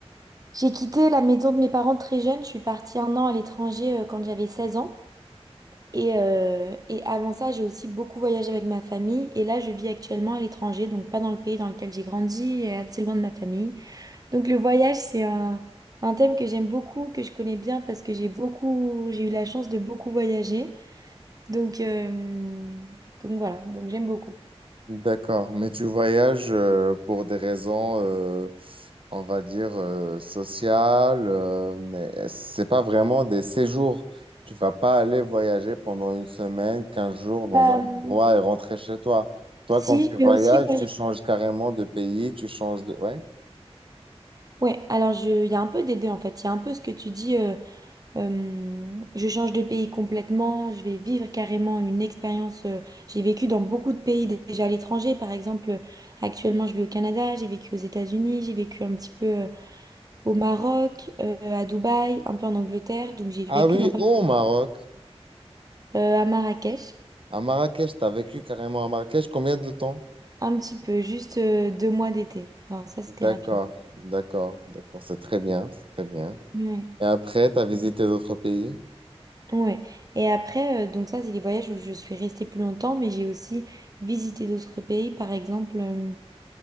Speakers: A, on the right (about 35°); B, on the right (about 55°).
A: j'ai quitté la maison de mes parents très jeune. Je suis partie un an à l'étranger euh, quand j'avais 16 ans. Et, euh, et avant ça, j'ai aussi beaucoup voyagé avec ma famille. Et là, je vis actuellement à l'étranger, donc pas dans le pays dans lequel j'ai grandi et assez loin de ma famille. Donc le voyage, c'est un, un thème que j'aime beaucoup, que je connais bien parce que j'ai beaucoup, j'ai eu la chance de beaucoup voyager. Donc, euh, donc voilà, donc j'aime beaucoup.
B: D'accord, mais tu voyages euh, pour des raisons, euh, on va dire, euh, sociales, euh, mais c'est pas vraiment des séjours. Tu vas pas aller voyager pendant une semaine, 15 jours dans
A: Bah,
B: un
A: euh,
B: endroit et rentrer chez toi. Toi,
A: si,
B: quand tu voyages,
A: je vais aussi voyager.
B: tu changes carrément de pays, tu changes de... Ouais.
A: Ouais, alors je, il y a un peu des deux en fait. Il y a un peu ce que tu dis, euh, euh, je change de pays complètement, je vais vivre carrément une expérience. euh, j'ai vécu dans beaucoup de pays dé- déjà à l'étranger. Par exemple, actuellement je vis au Canada, j'ai vécu aux États-Unis, j'ai vécu un petit peu euh, au Maroc, euh, à Dubaï, un peu en Angleterre. Donc j'ai
B: Ah
A: vécu
B: oui,
A: dans, pas-
B: ou au Maroc,
A: euh, à Marrakech,
B: à Marrakech, tu as vécu carrément à Marrakech combien de temps?
A: un petit peu, juste euh, deux mois d'été. Alors ça c'était
B: D'accord,
A: rapide.
B: d'accord, d'accord, c'est très bien, c'est très bien.
A: Ouais.
B: Et après, tu as visité d'autres pays?
A: Ouais. Et après, euh, donc ça, c'est les voyages où je suis restée plus longtemps, mais j'ai aussi visité d'autres pays. Par exemple, euh,